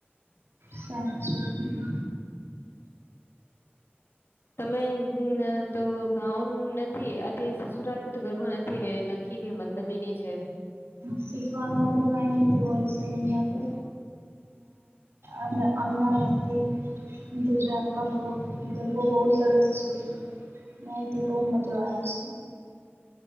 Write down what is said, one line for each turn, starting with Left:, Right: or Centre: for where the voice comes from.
Right: સાત શ્રી
Left: તમે તો ગાઉ નથી આ સસુરાાલ તો ગરબો નથી નક્કી મતલબી ની છે
Right: સસુરાલ મા તો કં નથી હોય છે અયા તો અન અમદાવાદ થી ગુજરાતમાં બહ ગરબો બહુ સરસ છે નાથી બહુ મજા આવે છે